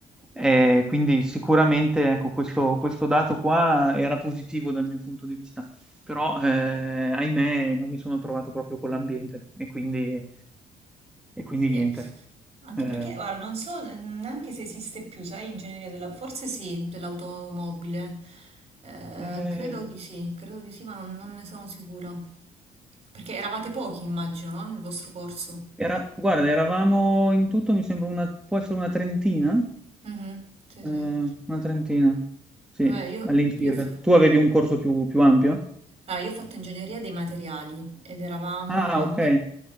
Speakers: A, in the centre; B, on the right.
A: eh, quindi sicuramente, ecco, questo, questo dato qua era positivo dal mio punto di vista, però, eh, ahimè, non mi sono trovato proprio con l'ambiente e quindi, e quindi
B: Sì,
A: niente.
B: Anche
A: Eh,
B: perché, guarda, non so neanche se esiste più, sai, ingegneria della... forse sì, dell'automobile. Eh,
A: eh,
B: credo di sì, credo di sì, ma non, non ne sono sicura. Perché eravate pochi, immagino, no? Nel vostro corso.
A: Era- guarda, eravamo in tutto, mi sembra una, può essere una trentina,
B: Mhm, sì,
A: Eh,
B: sì.
A: una trentina, sì,
B: Vabbè, io,
A: all'incirca.
B: io f-
A: Tu avevi un corso più, più ampio?
B: allora, io ho fatto ingegneria dei materiali ed eravamo
A: Ah,
B: anche...
A: ok.